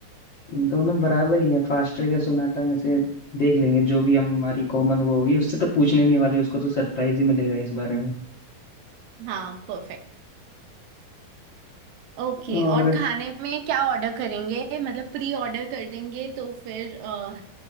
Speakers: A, on the left (about 65°); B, on the right (about 85°).
A: दोनों बराबर ही है फास्टर या सोनाटा में से देख लेंगे जो भी हमारी कॉमन वो होगी उससे तो पूछने नहीं वाले उसको तो सरप्राइज ही मिलेगा इस बारे में
B: हाँ परफेक्ट ओके
A: और
B: और खाने में क्या ऑर्डर करेंगे मतलब प्री ऑर्डर कर देंगे तो फिर अ,